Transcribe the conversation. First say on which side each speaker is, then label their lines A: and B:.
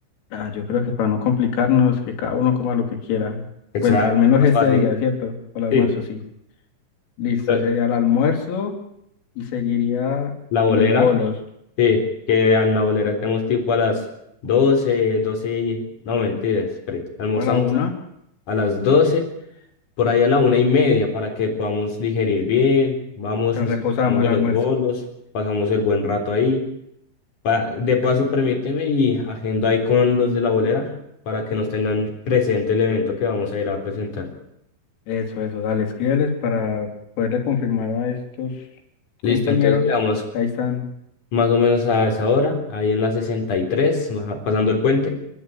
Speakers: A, on the left (about 85°); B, on the left (about 40°).
A: Ah, yo creo que para no complicarnos, que cada uno coma lo que quiera.
B: Exacto,
A: Bueno, al menos
B: más
A: este
B: fácil.
A: día, ¿cierto? Para el
B: Sí,
A: almuerzo, sí. Listo,
B: eh,
A: sería el almuerzo y seguiría
B: la bolera,
A: los bolos.
B: sí, que en la bolera tenemos tipo a las 12, 12 y... No, mentiras, espere, almorzamos
A: Para la una,
B: a, la- a las 12. por ahí a la una y media para que podamos digerir bien, vamos,
A: mientras
B: disfrutamos
A: reposamos
B: de
A: el
B: los
A: almuerzo.
B: bolos, pasamos el buen rato ahí. Pa- de paso, permíteme y agenda ahí con los de la bolera para que nos tengan presente el evento que vamos a ir a presentar.
A: Eso, eso, dale, escríbeles para poderle confirmar a estos
B: Listo,
A: compañeros.
B: entonces quedamos
A: Ahí están,
B: más o menos a esa hora, ahí en la 63, baja- pasando el puente.